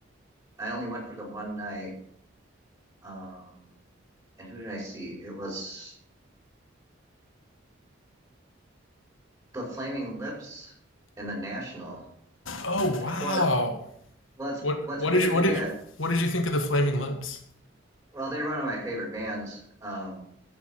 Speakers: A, on the right; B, on the left.
A: I only went for the one night. Um, and who did I see? It was the Flaming Lips and the National.
B: Oh wow.
A: Well, what's
B: What
A: what's
B: what
A: weird?
B: did you what
A: Yeah,
B: did what did you think of the Flaming Lips?
A: well, they're one of my favorite bands. Um,